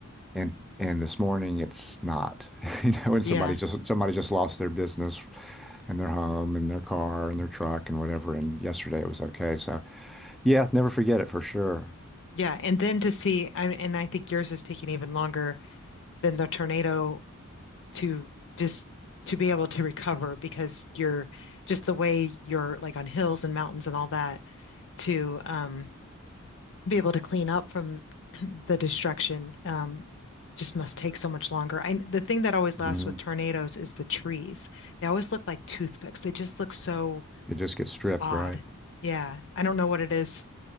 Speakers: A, in the centre; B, on the left.
A: and and this morning it's not, <laughs> you know, and
B: Yeah.
A: somebody just somebody just lost their business and their home and their car and their truck and whatever. And yesterday it was okay. So yeah, never forget it for sure.
B: Yeah. And then to see, I, and I think yours is taking even longer than the tornado to just to be able to recover because you're just the way you're like on hills and mountains and all that to um, be able to clean up from <clears throat> the destruction um, just must take so much longer. I the thing that always
A: hmm
B: lasts with tornadoes is the trees. They always look like toothpicks. They just look so
A: It just gets stripped,
B: odd.
A: right?
B: Yeah, I don't know what it is